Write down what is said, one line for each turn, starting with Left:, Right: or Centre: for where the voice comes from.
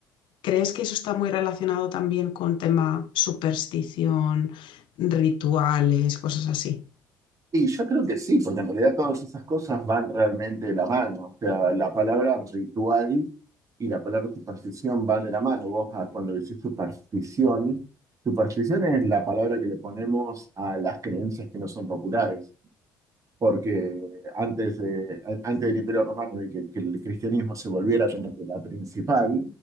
Left: ¿Crees que eso está muy relacionado también con tema superstición, rituales, cosas así?
Right: Y yo creo que sí, porque en realidad todas esas cosas van realmente de la mano. O sea, la palabra ritual y la palabra superstición van de la mano. Vos ah, cuando decís superstición, superstición es la palabra que le ponemos a las creencias que no son populares. porque antes, de- a- antes del Imperio Romano y que, que el cristianismo se volviera como que la principal,